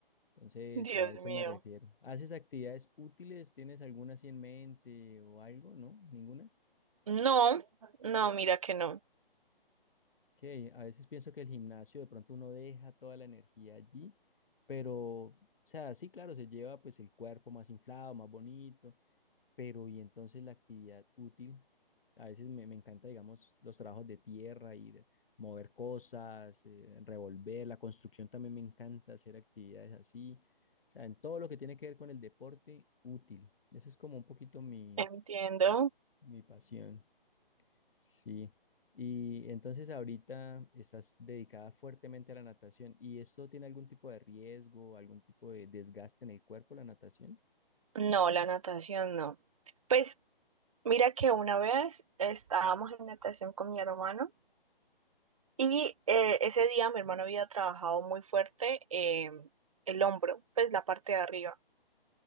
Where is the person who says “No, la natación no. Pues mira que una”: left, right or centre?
Right